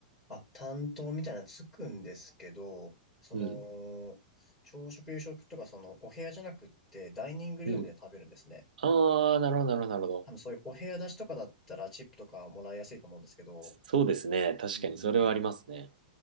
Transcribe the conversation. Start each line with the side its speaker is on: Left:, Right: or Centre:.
Centre: あ、担当みたいなのつくんですけど、その、
Right: うん。
Centre: 朝食夕食とかそのお部屋じゃなくってダイニングルームで食べるんですね。
Right: うん。ああ、なるほど、なるほど、なるほど。
Centre: 多分そういうお部屋出しとかだったらチップとかもらいやすいと思うんですけど。
Right: そうですね。確かにそれはありますね。
Centre: うん。